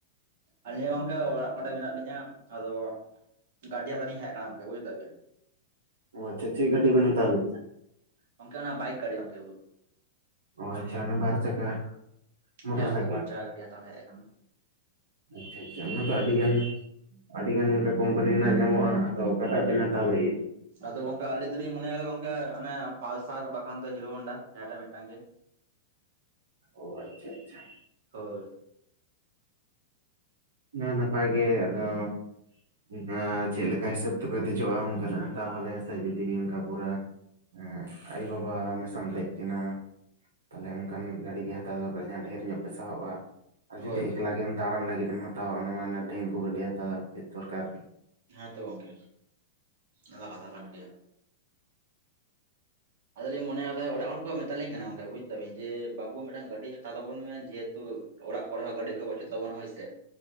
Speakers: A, on the right; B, on the right.
A: ᱟᱹᱞᱤᱧ ᱦᱚ ᱜᱚᱝᱠᱮ ᱚᱲᱟᱜ ᱠᱚᱨᱮ ᱢᱮᱱᱟᱜ ᱞᱤᱧᱟ ᱟᱫᱚ ᱜᱟᱰᱤ ᱦᱟᱛᱟᱣ ᱞᱤᱧ ᱦᱮᱡ ᱟᱠᱟᱱᱟ ᱜᱚᱝᱠᱮ ᱵᱩᱡᱽ ᱮᱫᱟ ᱵᱤᱱ
B: ᱚ ᱟᱪᱪᱷᱟ ᱪᱮᱫ ᱜᱟᱹᱰᱤ ᱵᱤᱱ ᱦᱟᱛᱟᱣ ᱞᱟᱹᱜᱤᱫᱟ?
A: ᱜᱚᱝᱠᱮ ᱚᱱᱟ ᱵᱟᱭᱤᱠ ᱜᱟᱹᱰᱤ ᱜᱚᱝᱠᱮ
B: ᱚ ᱟᱪᱪᱷᱟ ᱚᱱᱟ ᱵᱟᱨ ᱪᱟᱠᱟ ᱢᱚᱴᱚᱨ
A: ᱦᱮᱸ ᱜᱚᱝᱠᱮ
B: ᱥᱟᱭᱠᱮᱞ
A: ᱵᱟᱨ ᱪᱟᱠᱟ ᱜᱟᱰᱤ ᱦᱟᱛᱟᱣ ᱦᱮᱡ ᱟᱠᱟᱱᱟ
B: ᱟᱪᱪᱷᱟ ᱟᱪᱪᱷᱟ ᱚᱱᱟ ᱫᱚ ᱟᱹᱰᱤ ᱜᱟᱱ ᱟᱹᱰᱤ ᱜᱟᱱ ᱚᱝᱠᱟ ᱠᱳᱢᱯᱟᱱᱤ ᱨᱮᱱᱟᱜ ᱧᱟᱢᱚᱜᱼᱟ ᱟᱫᱚ ᱚᱠᱟᱴᱟᱜ ᱵᱮᱱ ᱦᱟᱛᱟᱣ ᱞᱟᱹᱜᱤᱫ
A: ᱟᱫᱚ ᱜᱚᱝᱠᱮ ᱟᱞᱤ ᱫᱚᱞᱤᱧ ᱢᱚᱱᱮᱭ ᱠᱟᱫᱟ ᱜᱚᱝᱠᱮ ᱮ ᱚᱱᱮ ᱯᱟᱞᱥᱟᱨ ᱵᱟᱠᱷᱟᱱ ᱫᱚ ᱦᱤᱨᱳ ᱦᱚᱱᱰᱟ ᱡᱟᱦᱟᱸᱴᱟᱜ ᱢᱤᱫᱴᱟᱝ ᱜᱮ
B: ᱚ ᱟᱪᱪᱷᱟ ᱟᱪᱪᱷᱟ
A: ᱦᱳᱭ
B: ᱚᱱᱟ ᱦᱚᱸ ᱱᱟᱯᱟᱭ ᱜᱮ ᱟᱫᱚ ᱚᱱᱠᱟ ᱪᱮᱫ ᱞᱮᱠᱟ ᱦᱤᱥᱟᱹᱵ ᱛᱮᱠᱚ ᱫᱮᱡᱚᱜᱼᱟ ᱚᱱᱠᱟᱱᱟᱜ ᱦᱟᱛᱟᱣ ᱵᱷᱟᱞᱮᱭᱟ ᱥᱮ ᱡᱩᱫᱤ ᱚᱱᱠᱟ ᱯᱩᱨᱟ ᱦᱩᱸ ᱟᱭᱩ ᱵᱟᱵᱟ ᱢᱮᱥᱟ ᱟᱢ ᱫᱮᱡ ᱠᱤᱱᱟ ᱛᱟᱦᱚᱞᱮ ᱚᱱᱠᱟᱱ ᱜᱟᱹᱰᱤ ᱜᱮ ᱦᱟᱛᱟᱣ ᱫᱚᱨᱠᱟᱨ ᱡᱟᱦᱟᱸ ᱰᱷᱮᱨ ᱧᱚᱜ ᱯᱮ ᱥᱟᱦᱚᱵᱼᱟ ᱟᱨ ᱡᱩᱫᱤ
A: ᱦᱳᱭ
B: ᱮᱠᱞᱟ
A: ᱦᱳᱭ ᱦᱳᱭ
B: ᱜᱮᱢ ᱫᱟᱲᱟᱱ ᱞᱟᱹᱜᱤᱫ ᱮᱢ ᱦᱟᱛᱟᱣᱟ ᱚᱱᱟ ᱢᱟ ᱚᱱᱮ ᱰᱷᱤᱝᱠᱩ ᱜᱟᱹᱰᱤ ᱦᱟᱛᱟᱣ ᱫᱚᱨᱠᱟᱨ
A: ᱦᱮᱸ ᱛᱚ ᱜᱚᱝᱠᱮ ᱚᱱᱟᱢᱟ ᱠᱟᱛᱷᱟ ᱠᱟᱱ ᱜᱮᱭᱟ ᱟᱫᱚᱞᱤᱧ ᱢᱚᱱᱮᱭ ᱠᱟᱫᱟ ᱚᱲᱟᱜ ᱦᱚᱲ ᱠᱚ ᱢᱮᱛᱟᱞᱤᱧ ᱠᱟᱱᱟ ᱜᱚᱝᱠᱮ ᱵᱩᱡ ᱫᱟᱵᱤᱱ ᱡᱮ ᱵᱟᱹᱵᱩ ᱢᱤᱫᱴᱟᱝ ᱜᱟᱹᱰᱤ ᱛᱟ ᱛᱟᱵᱚᱱ ᱢᱮ ᱡᱮᱦᱮᱛᱩ ᱚᱲᱟᱜ ᱠᱚᱨᱮ ᱦᱚᱸ ᱜᱟᱹᱰᱤ ᱠᱚ ᱵᱟᱪᱩᱜ ᱛᱟᱵᱚᱱᱟ ᱦᱳᱭᱥᱮ